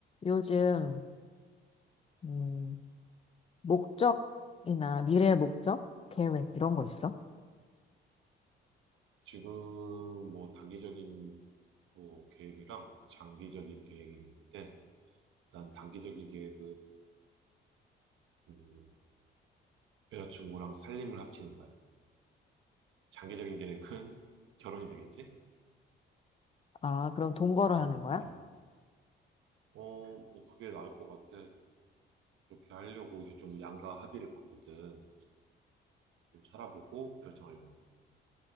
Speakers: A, on the left; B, on the right.
A: 요즘, 음, 목적이나 미래 목적, 계획, 이런 거 있어?
B: 지금 뭐 단기적인 뭐 계획이랑 장기적인 계획인데 일단 단기적인 계획은 음, 여자친구랑 살림을 합치는 거야. 장기적인 계획은 <laughs> 결혼이 되겠지?
A: 아, 그럼 동거를
B: 어,
A: 하는 거야?
B: 음. 어, 뭐 그게 나을 것 같아. 그렇게 하려고 이게 좀 양가 합의를 봤거든. 좀 살아보고 결정하려고.